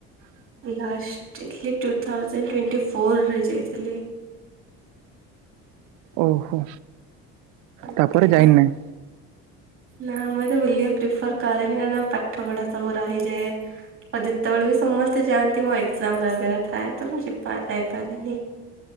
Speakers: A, on the right; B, on the right.
A: ଲାଷ୍ଟ୍ ଯାଇଥିଲି ଟୁ ଥାଉଜେଣ୍ଟ୍ ଟୋଣ୍ଟି ଫୋର୍ ରେ ଯାଇଥିଲି।
B: ଓହୋ।
A: ଆଜ୍ଞା
B: ତାପରେ ଯାଇନାହିଁ।
A: ନା ମୁଁ ଏତେ ବୁଲିବା ପ୍ରିଫର୍ କରେନି କାରଣ ପାଠପଢ଼ା ସବୁ ରହିଯାଏ। ଆଉ ଯେତେବେଳେ ବି ସମସ୍ତେ ଯାଆନ୍ତି ମୋ ଏକ୍ଜାମ୍ ବଗେରା ଥାଏ ତ ମୁଁ ଯିବା ଯାଇପାରେନି।